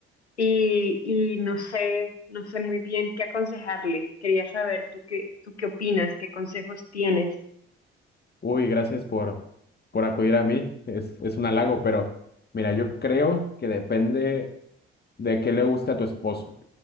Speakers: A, on the left (about 80°); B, on the left (about 30°).
A: y, y no sé, no sé muy bien qué aconsejarle. Quería saber tú qué, tú qué opinas, qué consejos tienes.
B: Uy, gracias por, por acudir a mí. Es, es un halago, pero mira, yo creo que depende de qué le guste a tu esposo.